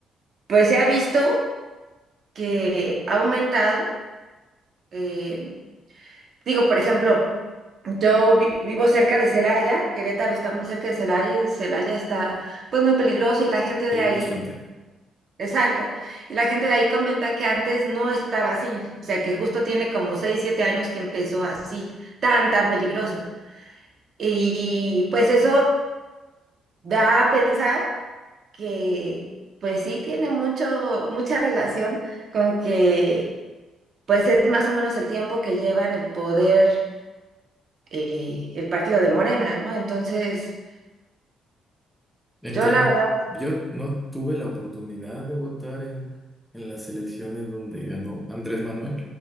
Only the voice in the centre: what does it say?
Sí,
bastante.
Entiendo.
Yo no tuve la oportunidad de votar en, en las elecciones donde ganó Andrés Manuel,